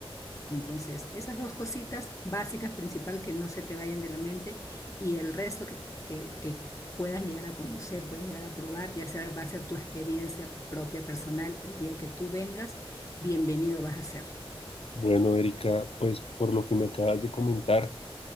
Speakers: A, on the left (about 30°); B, on the left (about 70°).
A: Entonces, esas dos cositas básicas, principal, que no se te vayan de la mente y el resto que, que, que puedas llegar a conocer, puedas llegar a probar, ya sea, va a ser tu experiencia propia, personal, el día que tú vengas, bienvenido vas a ser.
B: Bueno, Erika, pues por lo que me acabas de comentar,